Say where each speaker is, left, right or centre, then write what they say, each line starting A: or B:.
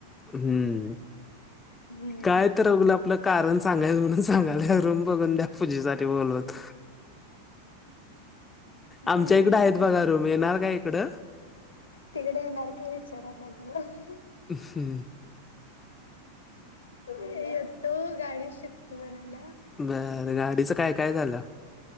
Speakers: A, on the left; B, on the left.
A: हम्म
B: हम्म
A: काय तर अगलं आपलं कारण सांगायच म्हणून सांगा रम बगध्या पूजेसाठी बोल होत
B: हम्म
A: आमच्या इकडं आहेत बघा रूम येणार का इकडं
B: तिकडे येणार काय विचारायला तू
A: ह हं
B: येतो गाडी शिकत म्हणाल्या
A: बरं गाडीचं काय काय झालं